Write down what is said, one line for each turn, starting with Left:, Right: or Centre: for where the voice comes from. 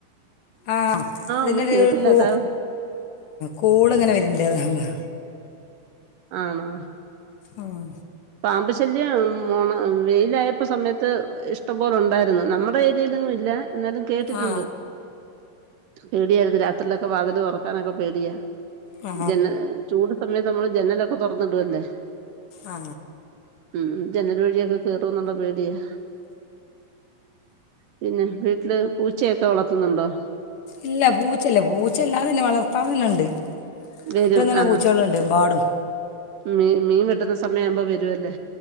Left: ആഹ് ഇതിന്റെയടയിലൊരു
Right: ഒന്നും കേട്ടില്ല
Left: കൊ
Right: അതാ
Left: കോള് ഇങ്ങനെ വര്ണ്ട് അതാണ്.
Right: ആണോ
Left: ആഹ്
Right: പാമ്പ് ശല്യം ഓണ വെയിലായപ്പോ സമയത്ത് ഇഷ്ടംപോലെ ഉണ്ടായിരുന്നു നമ്മടെ ഏരിയിലൊന്നും ഇല്ല എന്നാലും കേട്ടിട്ടുണ്ട്
Left: ആ
Right: പേടിയായിരുന്നു രാത്രിയിലൊക്കെ വാതില് തുറക്കാനൊക്കെ പേടിയാ
Left: ആ
Right: ജന ചൂട് സമയത്ത് നമ്മള് ജനലൊക്കെ തുറന്ന് ടുവല്ലേ
Left: ആ
Right: ഉം ജനൽ വഴിയൊക്കെ കേറുംന്നുള്ള പേടിയാ പിന്നെ വീട്ടില് പൂച്ചയൊക്കെ വളർത്തുന്നുണ്ടോ
Left: ഇല്ല പൂച്ചല്ലേ പൂച്ചല്ലാതെ തന്നെ വളർത്താൽ തന്നെ ഉണ്ട്.
Right: വരും
Left: വ്ടങ്ങനെ
Right: ആ
Left: പൂച്ചളുണ്ട് എമ്പാടും
Right: മീ മീൻ വെട്ടുന്ന സമയാവുമ്പോവരുംല്ലേ